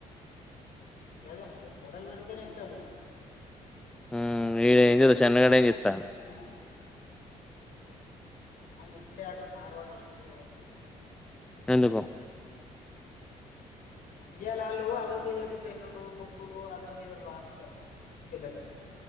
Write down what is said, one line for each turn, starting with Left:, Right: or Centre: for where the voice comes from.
Left: గదే మరి తొడలు పిండితేనే ఇంటడు
Centre: ఉహ్ ఏం ఈడు చెన్నగాడు ఏం సె త్తాండు
Left: ఉం, ఆళ్ళు ఇప్పుడే అటు మార్వాడోళ్ళంటికి పొయ్యొచ్చిళ్ళు
Centre: ఎందుకొ
Left: ఈయలాళ్ళు అదోటి ఇదోటి పెన్నులు బుక్కులు అదొటి ఇదోటి పాంచుతారు పిల్లలకు